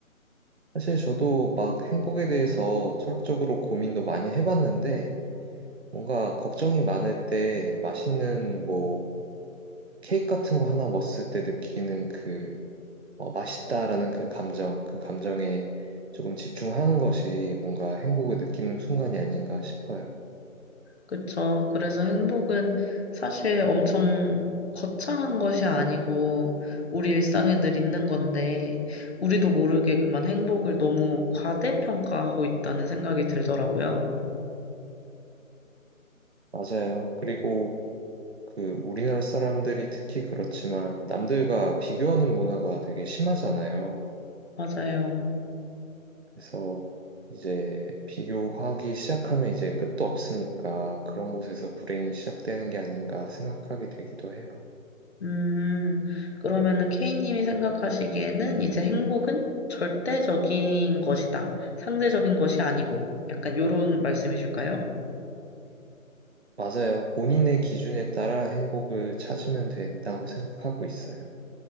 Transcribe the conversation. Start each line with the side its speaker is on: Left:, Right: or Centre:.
Right: 사실 저도 막 행복에 대해서 철학적으로 고민도 많이 해봤는데, 뭔가 걱정이 많을 때 맛있는 뭐 케이크 같은 거 하나 먹었을 때 느끼는 그 어, 맛있다라는 그 감정, 그 감정에 조금 집중하는 것이 뭔가 행복을 느끼는 순간이 아닌가 싶어요.
Left: 그쵸. 그래서 행복은 사실 엄청 거창한 것이 아니고 우리 일상에 늘 있는 건데 우리도 모르게 그만 행복을 너무 과대평가하고 있다는 생각이 들더라고요.
Right: 맞아요. 그리고 그 우리나라 사람들이 특히 그렇지만 남들과 비교하는 문화가 되게 심하잖아요.
Left: 맞아요.
Right: 그래서 이제 비교하기 시작하면 이제 끝도 없으니까 그런 곳에서 불행이 시작되는 게 아닌가 생각하게 되기도 해요.
Left: 음, 그러면은 K님이 생각하시기에는 이제 행복은 절대적인 것이다. 상대적인 것이 아니고 약간 요런 말씀이실까요?
Right: 맞아요. 본인의 기준에 따라 행복을 찾으면 된다고 생각하고 있어요.